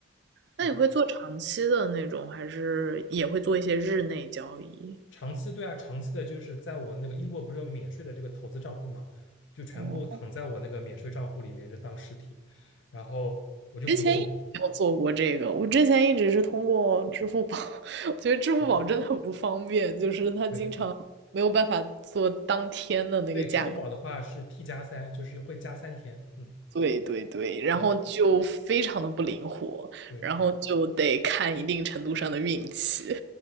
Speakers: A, on the left; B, on the right.
A: 对，
B: 那你会做长期的那种，还是也会做一些日内交易？
A: 长期对啊，长期的就是在我那个英国不是有免税的这个投资账户嘛，就全部躺在我那个免税账户里面，
B: 哦，
A: 就当实体。然后我就不动
B: 之前一直没有做过这个，我之前一直是通过支付宝，<laughs> 我觉得支付宝真的很不方便，
A: 嗯
B: 就是它经常没有办法做当天的那个价格。
A: 对对，支付宝的话是 T 加三，就是会加三天。嗯，
B: 对对对，然后就非常的不灵活，
A: 嗯对
B: 然后就得看一定程度上的运气。